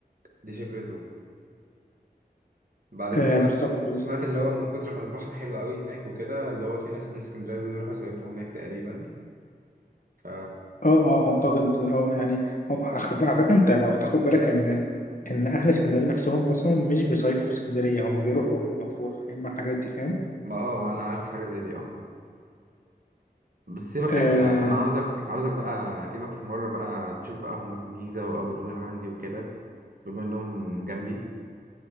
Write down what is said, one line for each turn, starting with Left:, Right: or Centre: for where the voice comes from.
Right: دي فكرته بعدين
Left: آه
Right: سمعت
Left: بالظبط بس
Right: سمعت اللي
Left: اه
Right: هو من كتر ما البحر حلو قوي هناك وكده اللي هو في ناس من اسكندرية بيروحوا يصيفوا هناك تقريبا ف
Left: اه آه، اعتقد اه يعني هو أخ- على فكره انت لو تاخد بالك ان ان اهل اسكندريه نفسهم اصلا مش بيصيفوا في اسكندريه هم بيروحوا يا اما مطروح يا اما الحاجات دي فاهم
Right: ما اه انا عارف حاجة زي دي اه بس سيبك
Left: آه
Right: انت انا عاوزك عاوزك بقى اجيبك في مرة بقى تشوف بقى اهرامات الجيزة وابو الهول عندي وكده بما انهم جنبي